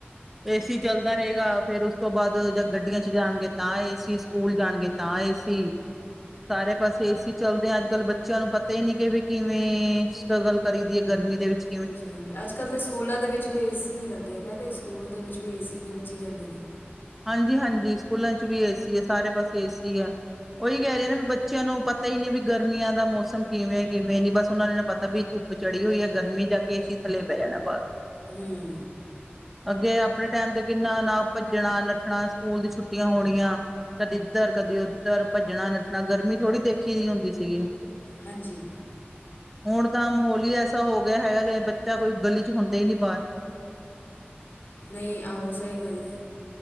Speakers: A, in the centre; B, on the left.
A: ਏਸੀ ਚਲਦਾ ਰੇਗਾ ਫੇਰ ਓਸ ਤੋਂ ਬਾਦ ਜਦ ਗੱਡੀਆਂ ਚ ਜਾਣਗੇ ਤਾਂ ਏਸੀ ਸਕੂਲ ਜਾਣਗੇ ਤਾਂ ਏਸੀ ਸਾਰੇ ਪਾਸੇ ਏਸੀ ਚਲਦੇ ਐਂ ਅਜ ਕਲ ਬੱਚਿਆਂ ਨੂ ਪਤਾ ਈ ਨੀ ਕੇ ਵੀ ਕਿਵੇਂ ਸਟ੍ਰਗਲ ਕਰੀ ਦੀਏ ਗਰਮੀ ਦੇ ਵਿਚ
B: ਹਾਂਜੀ, ਹਾਂਜੀ ਅਜ ਕਲ ਤੇ ਸਕੂਲਾਂ ਦੇ ਵਿੱਚ ਵਿੱਚ ਵੀ ਏ ਸੀ ਈ ਲਗੇਆ ਦੈ ਤੇ ਸੂਕੂਲ ਦੇ ਵਿਚ ਵੀ ਏ ਸੀ ਦੇ ਵਿਚ ਹੀ ਰੈਂਦੇ ਨੇ।
A: ਹਾਂਜੀ, ਹਾਂਜੀ ਸਕੂਲਾਂ ਚ ਵੀ ਏਸੀ ਏ ਸਾਰੇ ਪਾਸੇ ਏਸੀ ਐ। ਓਈ ਕੈਰੀ ਆਨਾ ਵੀ ਬੱਚੇਆਂ ਨੂ ਪਤਾ ਈ ਨੀ ਵੀ ਗਰਮੀਆਂ ਦਾ ਮੌਸਮ ਕਿਵੇਂ, ਕਿਵੇਂ ਨੀ ਬਸ ਓਨਾ ਨੂ ਨਾ ਪਤਾ ਵੀ ਧੁੱਪ ਚੜੀ ਹੋਈ ਐ ਗਰਮੀ ਜਾ ਕੇ ਏਸੀ ਥੱਲੇ ਬੈ ਜਾਣਾ ਬਸ।
B: ਹੁਂ
A: ਅਗੇ ਅਪਣੇ ਟੈਮ ਤੇ ਕਿੰਨਾ ਨਾ ਭੱਜਣਾ ਨੱਠਣਾ ਸਕੂਲ ਦੀ ਛੁੱਟੀਆਂ ਹੋਣੀਆਂ ਕਦੀ ਇੱਧਰ ਕਦੀ ਉੱਧਰ ਭੱਜਣਾ ਨੱਠਣਾ ਗਰਮੀ ਥੋੜ੍ਹੀ ਦੇਖੀ ਦੀ ਹੁੰਦੀ ਸੀਗੀ
B: ਹਾਂਜੀ
A: ਹੁਣ ਤਾਂ ਮਾਹੌਲ ਇ ਐਸਾ ਹੋ ਗਿਆ ਹੈਗਾ ਕਿ ਬੱਚਾ ਕੋਈ ਗਲੀ ਚ ਹੁੰਦਾ ਈ ਨਹੀਂ ਬਾਹਰ
B: ਨਈ ਆਹੋ ਸਈ ਗਾਲੈ,